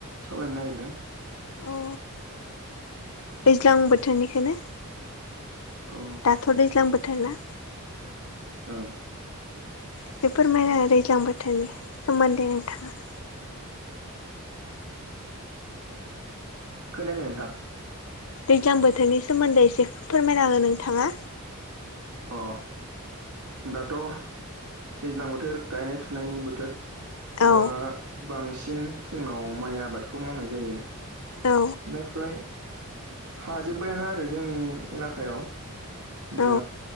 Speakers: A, on the right; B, on the left.
A: सावरायनो नागिरदों
B: अ दैज्लां बोथोरनिखोनो
A: अ
B: दाथ' दैज्लां बोथोरना
A: ओं
B: एसे फोरमायना हो दैज्लां बोथोरनि सोमोन्दै नोंथाङा
A: खोनायाखै नोंथां
B: दैज्लां बोथोरनि सोमोन्दै एसे फोरमायना हो नोंथाङा
A: अ दाथ' दैज्लां बोथोर गायनाय फुनायनि बोथोर
B: औ
A: दा बांसिन जोंनाव माइ आबादखौ मावनाय जायो
B: औ
A: दा फ्राय हाजोब्बायानो आरो जोंनि एलाकायाव दा
B: औ